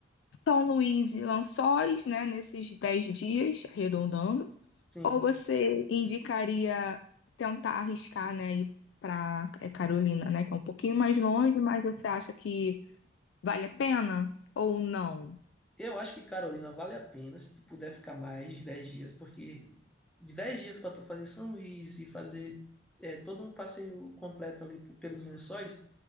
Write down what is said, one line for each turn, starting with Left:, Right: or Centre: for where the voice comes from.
Left: São Luís e Lençóis, né, nesses 10 dias, arredondando?
Centre: sim,
Left: Ou você indicaria tentar arriscar, né, ir para Carolina, né, que é um pouquinho mais longe, mas você acha que vale a pena ou não?
Centre: Eu acho que Carolina vale a pena se tu puder ficar mais de 10 dias, porque de 10 dias para tu fazer São Luís e fazer é, todo um passeio completo ali p- pelos Lençóis,